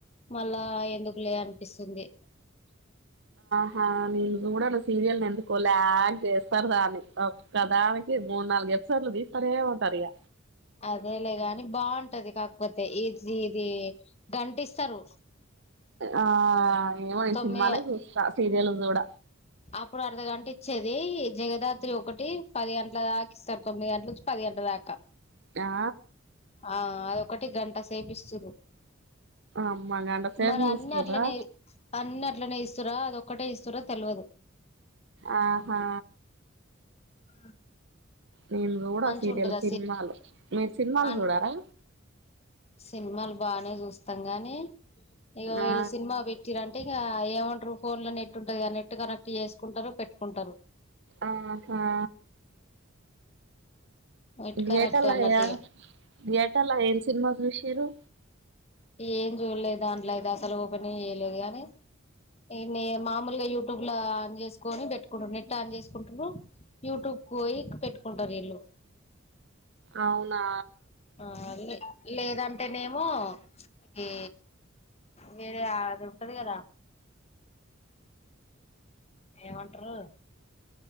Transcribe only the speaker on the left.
మళ్ళా ఎందుకులే అనిపిస్తుంది
అదేలే గాని బాంటది కాకపోతే ఇది జీ ఇది గంట ఇస్తారు
తొమ్మిది
అప్పుడు అర్ధగంట ఇచ్చేది జగదాథ్ రాత్రి ఒకటి పది గంట్ల దాక ఇస్తారు తొమ్మిది గంట్ల నుంచి పది గంట దాకా
ఆ అదొక్కటి గంట సేపిస్తుర్రు
మరి
అన్ని అట్లనే అన్ని అ అట్లనే ఇస్తుర్ర అది ఒక్కటే ఇస్తుర్రా తెల్వదు
ఆ
మంచిగా
ఉంటది
అన్
సినిమాలు బానే చూస్తాం గానీ ఇగ వీళ్ళు
సినిమా పెట్టిరంటే ఇకఏమంటారు ఫోన్ లో నెట్ ఉంటది గా నెట్ కనెక్ట్ చేసుకుంటారు పెట్టుకుంటారు
నెట్
కనెక్ట్ అన్నట్టు ఇగ
ఏం చూడలేదు దాంట్లో అయితే అసలు ఓపెన్ నే చేయలేదు గాని ఎ మెమామూలుగా యూట్యూబ్ లో ఆన్ చేసుకుొని పెట్టుకుంటారు నెట్లా ఆన్ చేసుకుంటు యూట్యూబ్ పోయిక్ పెట్టుకుంటారు ఇల్లు
ఆ లే లేదంటేనేమో ఈ వేరే ఆదుంటది కదా ఏమంటారు